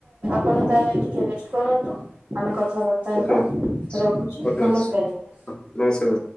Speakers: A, on the right; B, on the left.
A: କଣ ତାହେଲେ ଟିକେ ରେଷ୍ଟ କରନ୍ତୁ ଆ କଥାବାର୍ତ୍ତା ହେବା
B: ଓକେ ମ୍ୟାମ୍
A: ରଖୁଛି
B: ଓକେ
A: ନମସ୍କାର
B: ମ୍ୟାମ୍
A: ଆ୍ଞା।
B: ନମସ୍କାର ମ୍ୟାମ୍।